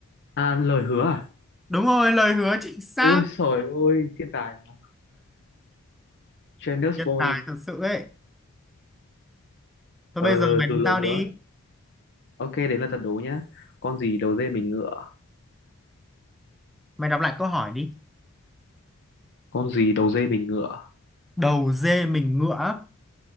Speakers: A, on the left; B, in the centre.
A: À lời hứa à?
B: đúng rồi lời hứa chính xác
A: Ôi trời ơi thiên tài mà. Genius
B: nhân
A: boy.
B: tài thật sự ấy thôi
A: Ờ
B: bây giờ
A: lời
B: mày đứng
A: lời
B: tao
A: hứa.
B: đi
A: Ok đến là trận đố nhá. Con gì đầu dê mình ngựa?
B: mày đọc lại câu hỏi đi
A: con gì đầu dê mình ngựa
B: đầu dê mình ngựa á.